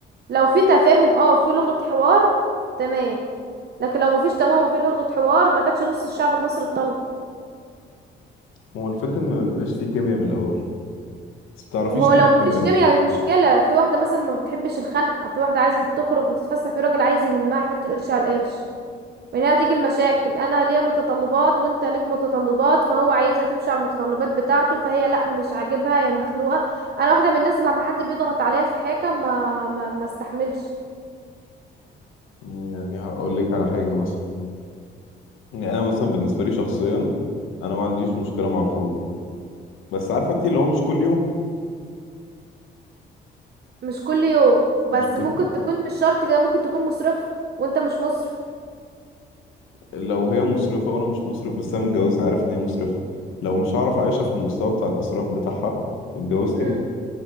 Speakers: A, on the right; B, on the left.
A: لو في تفاهم اه في لغة حوار تمام لكن لو مفيش تمام وفي لغة حوار ما كانتش نص الشعب المصري اتطلق
B: ما هو الفكره ان ما بيبقاش في كيمياء من الاول بس ما بتعرفيش
A: وهو
B: ليه
A: لو
B: بتكملوا
A: مفيش كيمياء دي مشكلة في واحدة مثلا ما بتحبش الخنقة في واحدة عايزة تخرج وتتفسح في راجل عايز يلمها يحط القرش على القرش من هنا هتيجي المشاكل انا ليا متطلبات وانت ليك متطلبات فهو عايزها تمشي على المتطلبات بتاعته فهي لا مش عاجبها يا مخنوقة انا واحدة من الناس اللي لما حد بيضغط عليها في حاجة ما ما ما استحملش
B: مم، يعني هقول لك على حاجه مثلا يعني انا مثلا بالنسبه لي شخصيا انا ما عنديش مشكله مع الخروج بس عارفه انت اللي هو مش كل يوم
A: مش كل يوم بس
B: مش كل
A: ممكن تكون مش شرط كده ممكن تكون مصرفة وانت مش مصرف
B: لو هي مصرفة وانا مش مصرف بس انا متجوز عارف ان هي مصرفة لو مش هعرف اعيشها في المستوى بتاع الاسراف بتاعها اتجوزت
A: امم
B: ليه